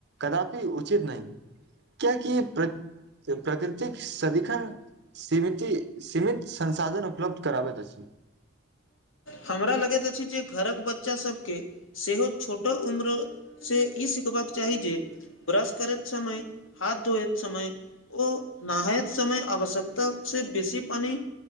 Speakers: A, on the right; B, on the left.
A: कदापि उचित नहि कियाकि प्रक प्रकृतिक सदिखन सीमिती सीमित संसाधन उपलब्ध कराबै अछि
B: हमरा लगैत अछि जे घरक बच्चा सबके सेहो छोट उम्र से ई सिखबाक चाही जे ब्रश करैत समय हाथ धोयत समय ओ नहायत समय आवश्यकता से बेसी पानि